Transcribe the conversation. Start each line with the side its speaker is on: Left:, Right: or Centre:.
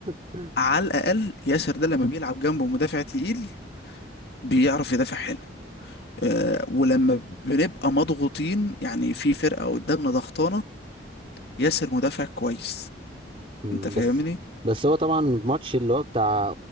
Right: <laughs>
Left: على الأقل ياسر ده لما بيلعب جنبه مدافع تقيل بيعرف يدافع حلو آه، ولما بنبقى مضغوطين يعني في فرقة قدامنا ضغطانة ياسر مدافع كويس
Right: مم،
Left: انت فاهمني
Right: بس بس هو طبعا الماتش اللي هو بتاع